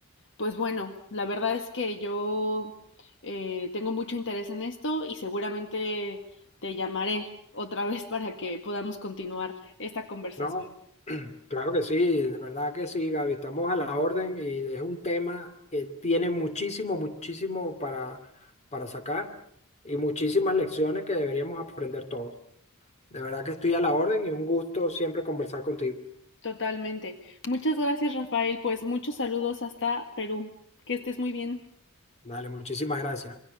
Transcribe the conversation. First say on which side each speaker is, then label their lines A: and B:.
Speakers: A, on the left; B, on the left.
A: pues bueno, la verdad es que yo eh, tengo mucho interés en esto y seguramente te llamaré otra vez para que podamos continuar esta conversación.
B: No, <clears throat> claro que sí, de verdad que sí, Gaby, estamos a la orden y es un tema que tiene muchísimo, muchísimo para, para sacar y muchísimas lecciones que deberíamos aprender todos. De verdad que estoy a la orden y un gusto siempre conversar contigo.
A: Totalmente. Muchas gracias, Rafael. Pues muchos saludos hasta Perú. Que estés muy bien.
B: Dale, muchísimas gracias.